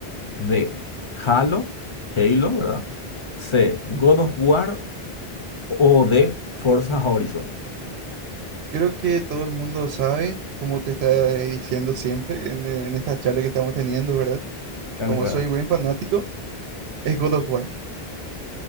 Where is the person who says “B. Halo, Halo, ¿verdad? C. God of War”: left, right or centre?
Left